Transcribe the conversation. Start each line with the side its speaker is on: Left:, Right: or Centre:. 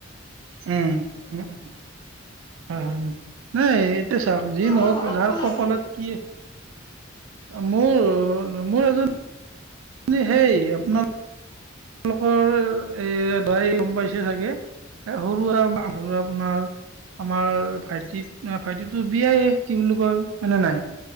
Right: উম উম উ উ নাই চাওক যি
Left: তোমালোকৰ
Right: নহওক
Left: ঘৰত
Right: যাৰ
Left: কোন
Right: কপালত
Left: আছে
Right: কি মোৰ মোৰ এজন সেই আপোনাৰ তেওঁলোকৰ এ দৰা গম পাইছে চাগে সৰুৱা মান আপোনাৰ আমাৰ ভাইটিত ভাইটিো বিয়াই কি বুলি কয় মে নাই